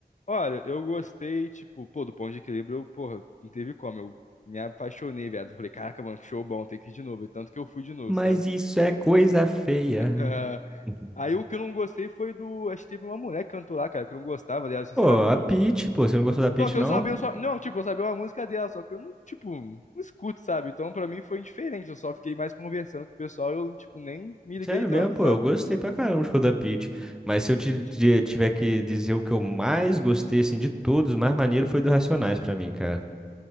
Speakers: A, on the left; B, in the centre.
A: olha, eu gostei, tipo, pô, do Ponto de Equilíbrio, eu, porra, não teve como. Eu me apaixonei, viado. Falei, caraca, mano, que show bom, tem que ir de novo. E tanto que eu fui de novo,
B: Mas
A: sabe? <laughs>
B: isso é coisa feia.
A: Ah,
B: <laughs>
A: aí o que eu não gostei foi do. Acho que teve uma mulher que cantou lá, cara, que eu não gostava, aliás, não sei
B: Pô,
A: se era Pitty,
B: a Peach, pô, você não gostou da Peach,
A: Só que
B: não?
A: eu sabia, eu só... não, tipo, eu sabia uma música dela, só que eu não, tipo, não escuto, sabe? Então, pra mim foi indiferente, eu só fiquei mais conversando com o pessoal, eu, tipo, nem me liguei
B: Sério
A: tanto,
B: mesmo, pô,
A: sabe?
B: eu gostei pra caramba de Roda Pit. Mas se eu te,
A: E, tipo,
B: te- tiver que dizer o que eu mais gostei, assim, de todos, o mais maneiro foi do Racionais pra mim, cara.